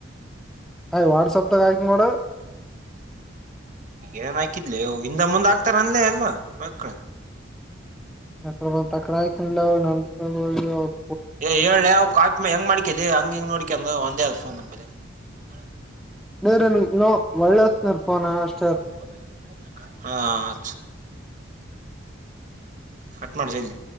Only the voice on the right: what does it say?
ಈಗೇನ್ ಹಾಕಿದ್ಲಿ ಹಿಂದ ಮುಂದ್ ಆಕ್ತಾರ ಅನ್ಲ ಎಲ್ಲ ಮಕ್ಕ್ಳ
ಏ ಹೇಳ್ಲೇ ಅವ ಕಾ ಹೆಂಗ್ ಮಾಡಿಕೆಲ್ಲೆ ಹಂಗ ಹಿಂಗ್ ನೋಡಿಕೆಂದ್ ಒಂದೇ ಅದ ಫೋನ್ ನಂಬಲ್ಲೀ ಇ
<unintelligible> ಹಾ ಹಚ್ ಕಟ್ ಮಾಡ ಜಲ್ದಿ